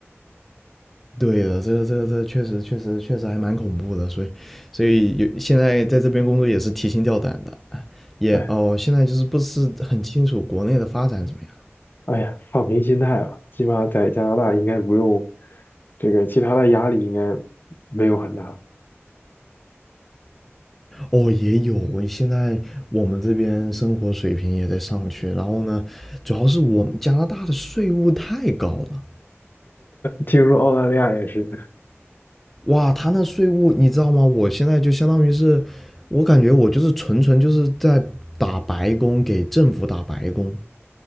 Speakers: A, in the centre; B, on the left.
A: 对的，这个这个这个确实确实确实还蛮恐怖的，所以所以有现在在这边工作也是提心吊胆的，哎也哦，
B: 哎
A: 现在就是不是很清楚国内的发展怎么样。
B: 哎呀，放平心态吧，起码在加拿大应该不用这个其他的压力，应该没有很大。
A: 哦，也有。我现在我们这边生活水平也在上去，然后呢，主要是我们加拿大的税务太高了。
B: 听说澳大利亚也是。
A: 哇，他那税务你知道吗？我现在就相当于是，我感觉我就是纯纯就是在打白工，给政府打白工。